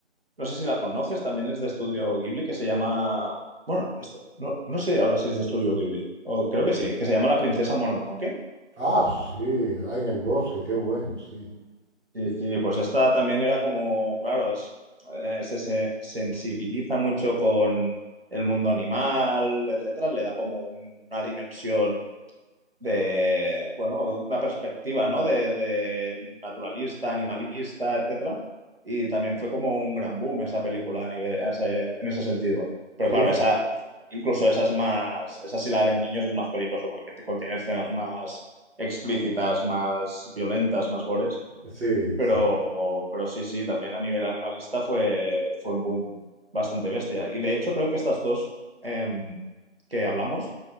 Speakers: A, on the right; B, on the right.
A: no sé si la conoces, también es de Estudio Ghibli, que se llama, bueno, esta- no, no sé ahora si es de Estudio Ghibli, o creo que sí, que se llama La Princesa Mononoke.
B: Ah, sí, ah, en el bosque, qué bueno, sí.
A: Sí, sí, pues esta también era como, claro, es, eh, se, se sensibiliza mucho con el mundo animal, etcétera, le da como una dimensión. de, bueno, una perspectiva, ¿no? De, de naturalista, animalista, etcétera. Y también fue como un gran boom esa película a nivel, a ese- en ese sentido. Pero
B: Sí,
A: claro,
B: fue.
A: esa, incluso esa es más, esa si la ven niños es más peligroso porque te contiene escenas más explícitas, más violentas, más gores.
B: Sí,
A: Pero,
B: sí.
A: pero sí, sí, también a nivel animalista fue, fue un boom bastante bestia. Y de hecho creo que estas dos em, que hablamos